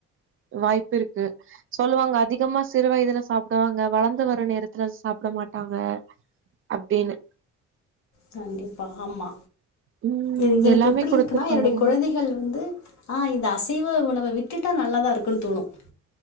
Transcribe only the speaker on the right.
வாய்ப்பு இருக்கு சொல்லுவாங்க அதிகமா சிறு வயதுல சாப்புடுவாங்க வளந்து வரும் நேரத்துல சாப்புட மாட்டாங்க அப்டின்னு
ம்
எல்லாமே
குடுத்து
பழகணு